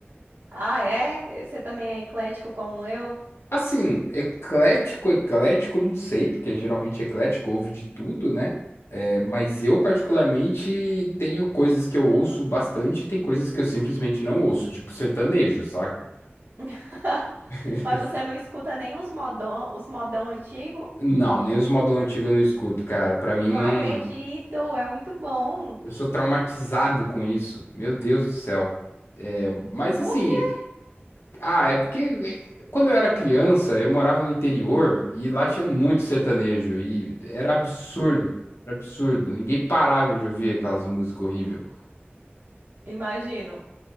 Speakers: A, on the right; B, on the left.
A: Ah, é? Você também é eclético como eu?
B: Assim, eclético, eclético, não sei, porque geralmente eclético ouve de tudo, né? É, mas eu, particularmente, tenho coisas que eu ouço bastante e tem coisas que eu simplesmente não ouço, tipo sertanejo, saca?
A: <laughs>
B: <laughs>
A: Mas você não escuta nem os modão, os modão antigo?
B: Não, nem os modão antigo eu não escuto, cara. Pra mim,
A: Não
B: não.
A: acredito, é muito bom.
B: Eu sou traumatizado com isso. Meu Deus do céu. É, Mas
A: Por
B: assim,
A: quê?
B: Ah, é porque eh, quando eu era criança, eu morava no interior e lá tinha muito sertanejo e era absurdo, cara, era absurdo. Ninguém parava de ouvir aquelas músicas horríveis.
A: Imagino.